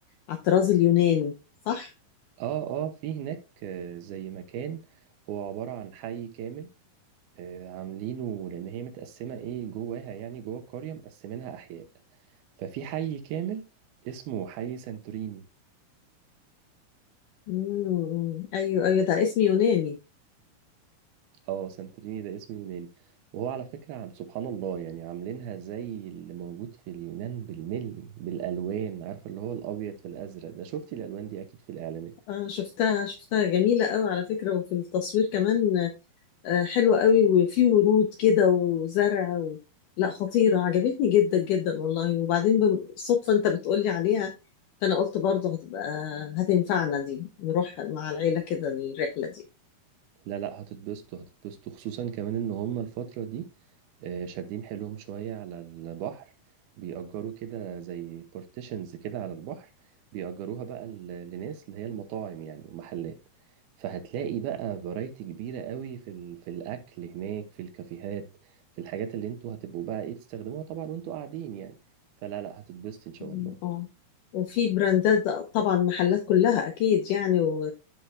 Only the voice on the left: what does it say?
على الطراز اليوناني صح؟
مم. أيوه أيوه ده اسم يوناني
آه شفتها شفتها جميلة قوي على فكرة وفي التصوير كمان آه حلوة قوي وفي ورود كده وزرع و... لا خطيرة عجبتني جدا جدا والله وبعدين بالصدفة أنت بتقولي عليها فأنا قلت برضه هتبقى هتنفعنا دي نروح مع العيلة كده الرحلة دي
مم.
اه وفي براندات طبعا محلات كلها اكيد يعني و...